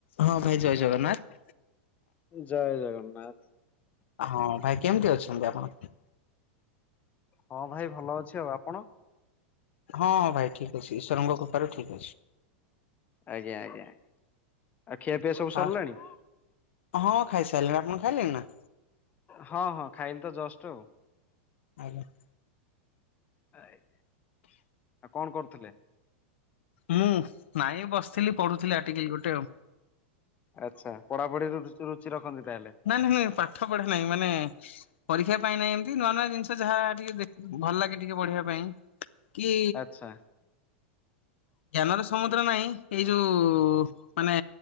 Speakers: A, on the left; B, on the left.
A: ହଁ ଭାଇ ଜୟ ଜଗନ୍ନାଥ।
B: ଜୟ ଜଗନ୍ନାଥ।
A: ହଁ ଭାଇ କେମତି ଅଛନ୍ତି ଆପଣ?
B: ହଁ ଭାଇ ଭଲ ଅଛି ଆଉ ଆପଣ?
A: ହଁଁ ଭାଇ ଠିକ୍ ଅଛି ଈଶ୍ୱରଙ୍କ କୃପାରୁ ଠିକ୍ ଅଛି।
B: ଆଜ୍ଞା ଆଜ୍ଞା ଆ ଖିଆ ପିଆ ସବୁ ସରିଲାଣି?
A: ଆ ହଁ ଖାଇସାଇଲିଣି ଆପଣ ଖାଇଲେଣି ନା?
B: ହଁ ହଁ ଖାଇଲ ତ ଜଷ୍ଟ ଆଉ
A: <inaudible>
B: ହାଏ କଣ କରୁଥିଲେ?
A: ମୁଁ ନାଇଁ ବସିଥିଲି ପଢୁଥିଲି ଆଟିକିଲ୍ ଗୋଟେ ଆଉ
B: ଆଚ୍ଛା ପଢାପଢି ରୁ ରୁଚି ରଖନ୍ତି ତାହେଲେ?
A: ନାଁ ନାଁ ପାଠ ପଢା ନାହିଁ ମାନେ ପରୀକ୍ଷା ପାଇଁ ନାଇଁ ଏମତି ନୂଆ ନୂଆ ଜିନିଷ ଯାହା ଟିକ ଭଲ ଲାଗେ ଟିକେ ପଢିବା ପାଇଁ। କି
B: ଆଚ୍ଛା
A: ଜ୍ଞାନର ସମୁଦ୍ର ନାଇଁ ଏଇ ଯୋଉ ମାନେ